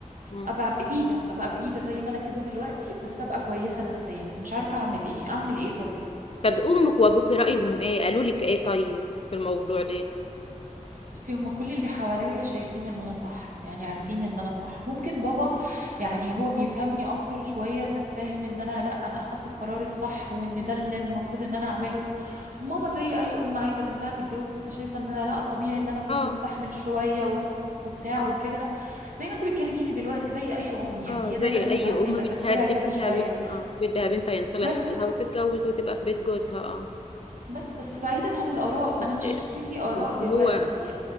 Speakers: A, on the left; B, on the right.
A: مم.
B: ابقى بعيده ابقى بعيده زي ما انا كده دلوقتي بس ابقى كويسه نفسيا مش عارفه اعمل ايه اعمل ايه طيب
A: طب أمك وأبوك رأيهم إيه قالوا لك إيه طيب في الموضوع ده
B: بصي هما كل اللي حواليا شايفين ان انا صح يعني عارفين ان انا صح ممكن بابا يعني هو بيفهمني اكتر شوية ففاهم ان انا لا انا اخدت القرار الصح وان ده اللي المفروض ان انا اعمله وماما زي اي ام عايزة بنتها تتجوز فشايفة ان انا لا طبيعي ان انا كنت
A: اه
B: استحمل شوية وبتاع
A: اه
B: وكده زي ما انت بتكلميني دلوقتي زي اي ام يعني
A: اه زي
B: هي دايما الامهات
A: أي أم
B: بيبقى
A: بتهدي
B: تفكيرها كده
A: بنتها
B: شوية
A: بنتها اه بدها بنتها ينصلح
B: بس
A: لها وتتجوز وتبقى في بيت جوزها اه
B: بس بس بعيدا عن الاراء
A: بس
B: انا مش فكرتي اراء
A: بس
B: دلوقتي
A: هو